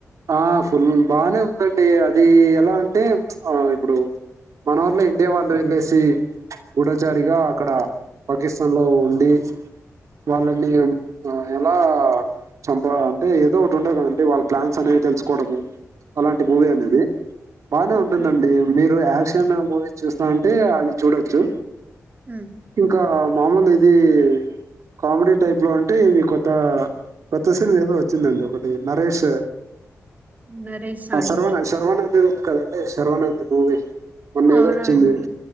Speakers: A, on the right (about 75°); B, on the right (about 30°).
A: ఆ ఫుల్ బానే ఉందండి అది ఎలా అంటే. ఆ ఇప్పుడు మన వల్లే ఇండియా వాళ్ళ వెళ్ళేసి గుూఢచారిగా అక్కడ పాకిస్తాన్ లో ఉండి వాళ్ళని ఆ ఎలా చంప అంటే ఏదో ఒకటి ఉంటది కదండి వాళ్ళ ప్లాన్స్ అనేవి తెలుసుకోవడము. అలాంటి మూవీ అనేది బానే ఉంటుందండి
B: ఓకే
A: మీరుయా ఎ మూవీస్ చూస్తా ఉంటే అది చూడొచ్చు
B: ఉమ్.
A: ఇంకా మామూలు ఇది కామెడీ టైప్ లో అంటే ఇది కొత్త కొత్త సిన్ ఏదో వచ్చిందండి ఒకటి నరేష్
B: నరేసా అండి
A: సర్వానా శర్వానంద్. కదండి శర్వనంద్ మూవీ మొన్న
B: అవునండి
A: ఏదో వచ్చింది